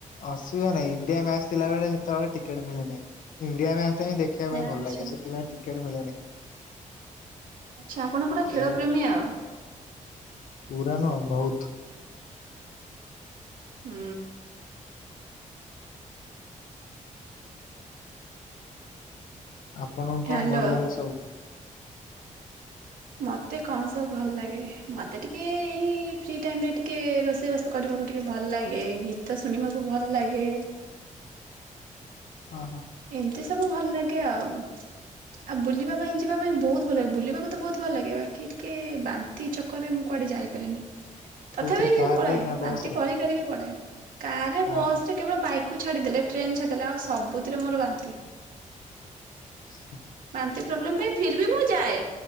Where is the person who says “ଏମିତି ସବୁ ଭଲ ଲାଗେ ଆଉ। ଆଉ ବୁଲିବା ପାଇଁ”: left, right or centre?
Right